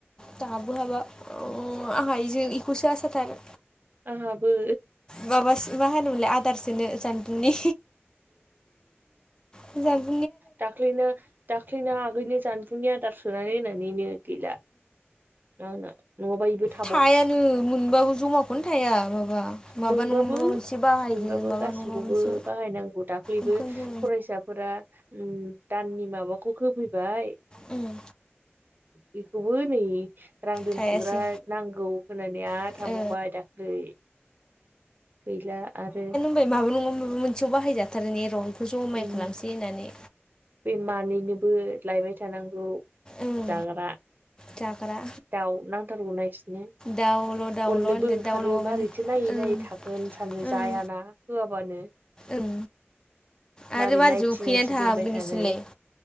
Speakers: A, on the left (about 20°); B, on the right (about 50°).
A: दाबो हाबा आंहा इजों इखौसो आसा थार
B: आंहाबो
A: माबासो मा होनोमोनलाय आदारसोनो सान्दुनि फुजाम
B: दाख्लैनो दाख्लैना आगैनो जानबुंनि आदार सोनानै होनानैनो गैला आंना नङाबा इबो था
A: थायानो मोनबाबो जमाखौनो थाया माबा माबा
B: मोनबाबो
A: नङा माबा मोनसे बाहायदो
B: मोनबाबो
A: माबा
B: गासिबखौबो
A: नङा माबा मोनसे
B: बाहायनांगौ दाख्लैबो
A: ओंखायनो जों
B: फरायसाफोरा उम दाननि माबाखौ होफैबाय
A: उम
B: बेखौबो नै रां दोनथुमग्रा
A: थायासै
B: नांगौ होननानै आरो
A: ओ
B: थांबावबाय दाख्लै गैला आरो
A: हमाय माबा नङा माबा मोनसेयाव बाहायजाथारो ने रंखौ जमाय
B: उम
A: खालामसै होननानै
B: बे मानैनोबो लायबाय थानांगौ
A: ओं
B: जाग्रा
A: जाग्रा
B: दाउ नांथारगौना इसिनो
A: दाउल' दाउल'
B: अननोबो
A: होनदो
B: ओंखारो
A: दाउ नङाबानो
B: मारैथो नायै
A: ओं
B: नायै थागोन सानो
A: ओं
B: जायाना होआबानो
A: ओं आरो
B: मारै
A: मारैथो
B: नायथि
A: उखैनानै
B: नायथि
A: थाहाबगोन
B: दोनबाय थानो
A: इसोरलाय